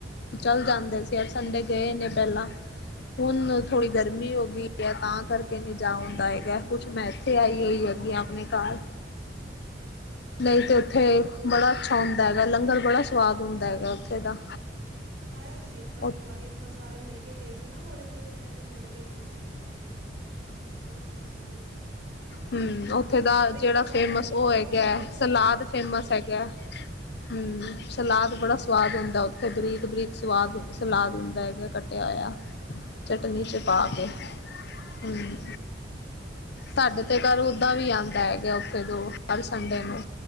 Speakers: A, on the left; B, on the right.
A: ਚੱਲ ਜਾਂਦੇ ਸੀ ਹਰ ਸੰਡੇ ਗਏ ਨੇ ਪਹਿਲਾਂ। ਹੁਣ ਥੋੜੀ ਗਰਮੀ ਹੋਗੀ ਐ, ਤਾਂ ਕਰਕੇ ਨੀਂ ਜਾ ਹੁੰਦਾ ਹੈਗਾ। ਕੁਛ ਮੈਂ ਐਥੇ ਆਈ ਹੋਈ ਹੈਗੀ ਆਂ ਆਪਣੇ ਘਰ।
B: ਅੱਛਾ
A: ਨਹੀਂ ਤੇ ਉੱਥੇ ਬੜਾ ਅੱਛਾ ਹੁੰਦਾ ਹੈਗਾ, ਲੰਗਰ ਬੜਾ ਸਵਾਦ ਹੁੰਦਾ ਹੈਗਾ ਉੱਥੇ ਦਾ।
B: ਖਾਇਆ ਸੀ ਆਪਾਂ ਇੱਕ
A: ਹਮ
B: ਵਾਰੀ, ਆਪਾਂ ਸਾਰੇ ਮਿਲ ਕੇ ਗਏ ਸੀ ਨਾ ਕੋਲੇਜ ਦੇ ਫਰੈਂਡ ਮਿਲ ਕੇ ਗਏ ਸੀ। ਆਪਾਂ ਬੜਾ ਸਵਾਦ ਸੀ।
A: ਹੂੰ, ਉੱਥੇ ਦਾ
B: ਪਰ ਇੱਕ
A: ਜੇੜਾ
B: ਵਾਰ
A: ਫੇਮਸ
B: ਇੱਕ
A: ਓਹ
B: ਵਾਰ
A: ਹੈਗੈ,
B: ਲੰਗਰ ਨੀ ਮਿਲਿਆ
A: ਸਲਾਦ ਫੇਮਸ ਹੈਗੈ। ਹੂੰ, ਸਲਾਦ ਬੜਾ ਸਵਾਦ ਹੁੰਦਾ ਉਦਾਂ ਥੇ ਬਰੀਕ- ਬਰੀਕ ਸਵਾਦ ਸਲਾਦ ਹੁੰਦਾ ਹੈਗਾ ਕੱਟਿਆ ਹੋਇਆ। ਚਟਨੀ ਚ
B: ਅੱਛਾ
A: ਪਾ ਕੇ, ਹੂੰ। ਸਾਡੇ ਤੇ ਘਰ ਓਦਾਂ ਵੀ ਆਂਦਾ ਹੈਗਾ ਉੱਥੇ ਦੋ ਹਰ ਸੰਡੇ ਨੂੰ।